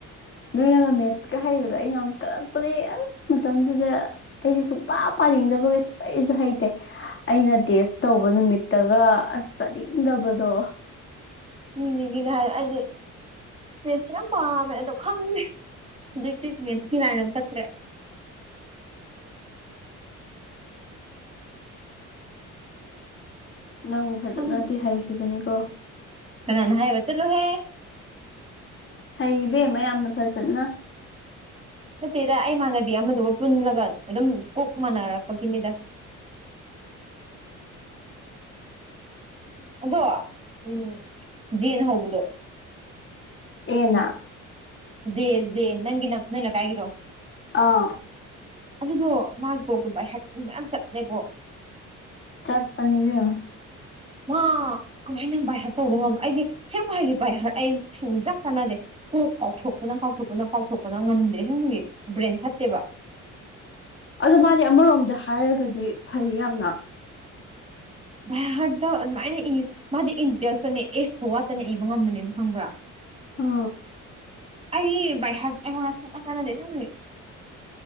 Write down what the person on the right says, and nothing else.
ꯃꯤ ꯃꯤꯒꯤꯅꯦ ꯍꯥꯏ ꯑꯩꯗꯤ ꯃꯦꯠꯁꯦ ꯌꯥꯝ ꯄꯥꯝꯃꯦ ꯑꯗꯣ ꯈꯪꯗꯦ ꯍꯧꯖꯤꯛꯇꯤ ꯃꯦꯠꯁꯀꯤ ꯂꯥꯏꯟꯗ ꯆꯠꯇ꯭ꯔꯦ
ꯈꯪꯗꯦ
ꯀꯅꯥꯅ ꯍꯥꯏꯕ ꯆꯠꯂꯣꯍꯦ
ꯅꯠꯇꯦꯗ ꯑꯩ ꯏꯃꯥꯟꯅꯕꯤ ꯑꯃꯗꯨꯒ ꯄꯨꯜꯂꯒ ꯑꯗꯨꯝ ꯀꯣꯛ ꯃꯥꯟꯅꯔꯛꯄꯒꯤꯅꯤꯗ ꯑꯗꯣ ꯎꯝ ꯖꯦꯅ ꯍꯧꯕꯗꯣ
ꯖꯦ ꯖꯦ ꯅꯪꯒꯤ ꯅꯪ ꯅꯣꯏ ꯂꯩꯀꯥꯏꯒꯤꯗꯣ
ꯑꯗꯨꯗꯣ ꯃꯥꯒꯤ ꯀꯣꯛꯇꯣ ꯕꯥꯥꯏꯍꯠ ꯃꯌꯥꯝ ꯆꯠꯂꯦꯀꯣ
ꯃꯥ ꯀꯃꯥꯏꯅ ꯕꯥꯏ ꯍꯔꯠ ꯇꯧꯕ ꯉꯝꯕ ꯑꯩꯗꯤ ꯑꯁꯦꯡꯕ ꯍꯥꯏꯒꯦ ꯕꯥꯏ ꯍꯔꯠ ꯑꯩ ꯁꯨꯡꯆ ꯆꯥꯟꯅꯗꯦ ꯀꯣꯛ ꯀꯥꯎꯊꯣꯛꯄꯅ ꯀꯥꯎꯊꯣꯛꯄꯅ ꯀꯥꯎꯊꯣꯛꯄꯅ ꯉꯝꯗꯦ ꯑꯁꯦꯡꯕꯒꯤ ꯕ꯭ꯔꯦꯟ ꯐꯠꯇꯦꯕ
ꯚꯥꯏꯍꯔꯠꯇꯣ ꯑꯗꯨꯃꯥꯏꯅ ꯏ ꯃꯥꯗꯤ ꯏꯟ ꯗꯤꯇꯦꯜꯁꯇꯅꯦ ꯑꯦꯁ ꯐꯥꯎ ꯋꯥꯠꯇꯅ ꯏꯕ ꯉꯝꯕꯅꯦ ꯈꯪꯕ꯭ꯔꯥ
ꯑꯩ ꯕꯥꯏ ꯍꯔꯠ ꯑꯩꯉꯣꯟꯗ ꯁꯨꯡꯆꯥꯟ ꯆꯥꯟꯅꯗꯦ ꯑꯁꯦꯡꯕꯒꯤ